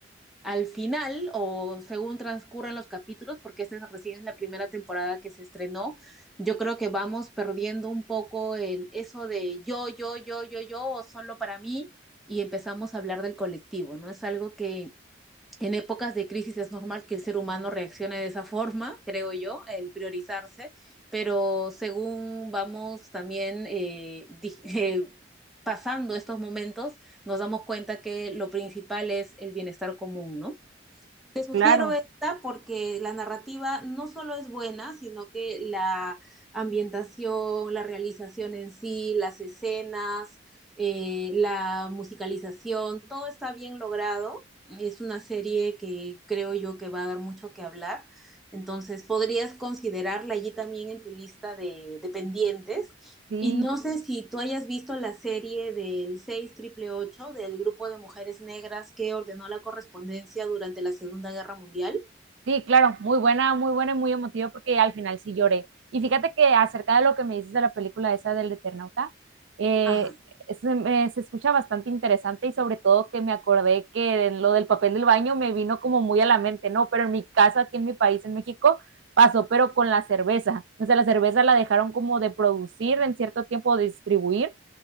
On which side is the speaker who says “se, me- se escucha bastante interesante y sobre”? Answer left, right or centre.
Right